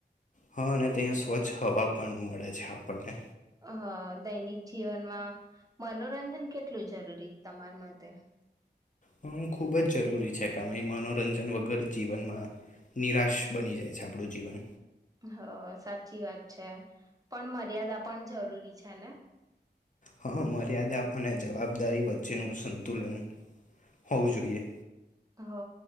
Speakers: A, on the left; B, on the right.
A: હા અને ત્યાં સ્વચ્છ હવા પણ મળે છે આપણને
B: હ અ દૈનિક જીવનમાં મનોરંજન કેટલું જરૂરી તમારા માટે
A: હું ખૂબ જ જરૂરી છે કામ એ મનોરંજન વગર જીવનમાં નિરાશ બની જાય છે આપણું જીવન
B: હ સાચી વાત છે પણ મર્યાદા પણ જરૂરી છે ને
A: હા મર્યાદા અને જવાબદારી વચ્ચેનું સંતુલન હોવું જોઈએ
B: હ